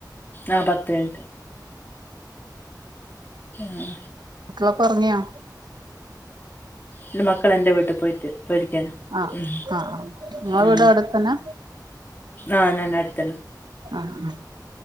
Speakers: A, on the left (about 25°); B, on the right (about 75°).
A: ആ പത്ത് മിൻറ്റ് ഹ്
B: മക്കളൊക്കെ ഒറങ്ങ്യൊ
A: ഇല് മക്കൾ എൻെ വീട്ടി പോയിട്ട് പോയിരിക്കാണ്
B: ആഹ്
A: ഉം
B: ആഹ് നി
A: ഉം
B: വീട് അവിടെത്തന്നെ
A: ആഹ് ഞാന് അടുത്തെന്നെ
B: ആഹ് ആഹ്